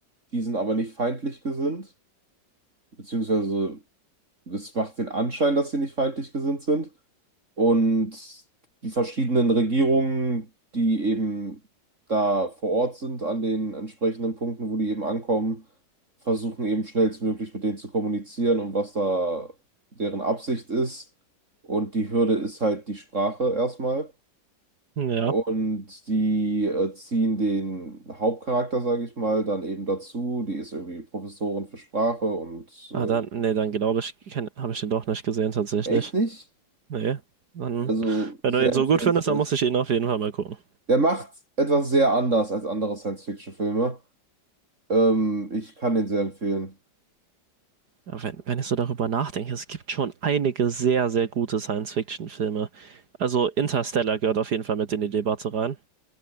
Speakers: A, on the right; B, on the right.
A: die sind aber nicht feindlich gesinnt, beziehungsweise Das macht den Anschein, dass sie nicht feindlich gesinnt sind. Und die verschiedenen Regierungen, die eben da vor Ort sind, an den entsprechenden Punkten, wo die eben ankommen, versuchen eben schnellstmöglich mit denen zu kommunizieren und was da deren Absicht ist. Und die Hürde ist halt die Sprache erstmal.
B: ja.
A: Und die äh, ziehen den Hauptcharakter, sage ich mal, dann eben dazu. Die ist irgendwie Professorin für Sprache und
B: Ah,
A: äh,
B: dann, nee, dann glaube ich, habe ich den doch nicht gesehen tatsächlich.
A: echt nicht?
B: Nee. Dann,
A: Also
B: wenn
A: sehr
B: du den
A: empfehlenswert.
B: so gut findest, dann muss ich ihn auf jeden Fall mal gucken.
A: Der macht etwas sehr anders als andere Science-Fiction-Filme. Ähm, ich kann den sehr empfehlen.
B: Ja, wenn, wenn ich so darüber nachdenke, es gibt schon einige sehr, sehr gute Science-Fiction-Filme. Also Interstellar gehört auf jeden Fall mit in die Debatte rein.